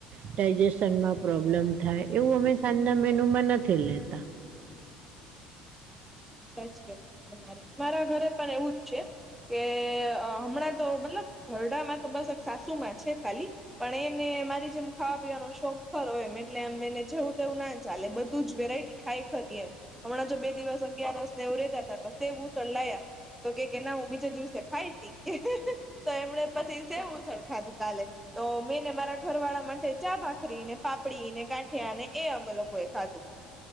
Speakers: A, on the right; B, in the centre.
A: ડાયજેશનમાં પ્રોબ્લેમ થાય એવું અમે સાંજના મેનુમાં નથી લેતા.
B: સાચી વાત છે તમારે અમારા ઘરે પણ એવું જ છે. કે હમણાં તો મતલબ ઘરડામાં તો બસ એક સાસુ માં છે ખાલી. પણ એને મારી જેમ ખાવા પીવાનો શોખ ખરો હો એમ એટલે એમ એને જવું તેવું ના ચાલે બધું જ વેરાયટી ખાય ખરી એમ હમણાં જો બે અગીયારને એવું રેતા હતા તો સેવસડ લાયા તો કે કે ના હું બીજા દિવસે ખાયશી કે તો એમણે પછી સેવુંસડ ખાધું કાલે. તો મેંને મારા ઘર વાળા માટે ચા ભાખરી ને પાપડી ને કાંઠિયા ને એ અમે લોકો ખાધું